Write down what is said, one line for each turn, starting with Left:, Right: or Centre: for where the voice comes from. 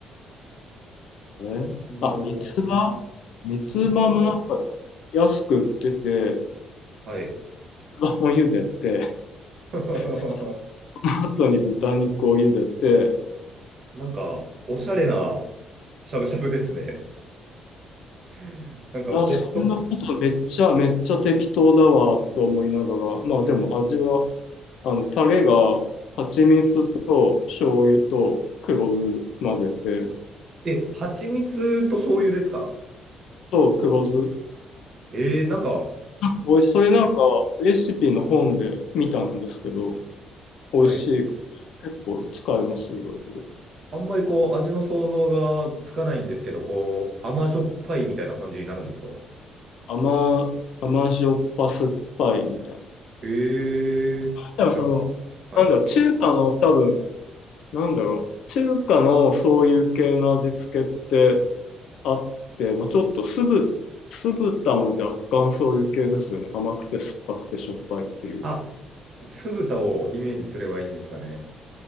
Left: え
Right: ー、豆苗。
Left: あ、三つ葉三つ葉もなんか
Right: いつが、
Left: 安く売ってて、
Right: はい。
Left: 三つ葉も茹でて、
Right: <laughs>
Left: その後に豚肉を茹でて、
Right: なんか、おしゃれなしゃぶしゃぶですね。<laughs> なんか僕と、
Left: あ、そんなことめっちゃ、めっちゃ適当だわと思いながら、まあでも味は、あの、タレが蜂蜜と醤油と黒酢混ぜて、
Right: え、蜂蜜と醤油ですか
Left: と黒酢。
Right: えー、なんか、
Left: おい、それなんかレシピの本で見たんですけど、美味しい。
Right: はい。
Left: 結構使えます、いろいろ。
Right: あんまりこう、味の想像がつかないんですけど、こう、甘じょっぱいみたいな感じになるんですか
Left: 甘、甘塩っぱ酸っぱいみたいな。
Right: えー、
Left: でもその、
Right: なんか、はい。
Left: なんだ、中華の多分、なんだろう、中華のそういう系の味付けって、あって、まあ、ちょっと酢ぶ、酢豚も若干そういう系ですよね。甘くて酸っぱくてしょっぱいっていう。
Right: あ、酢豚をイメージすればいいんですかね。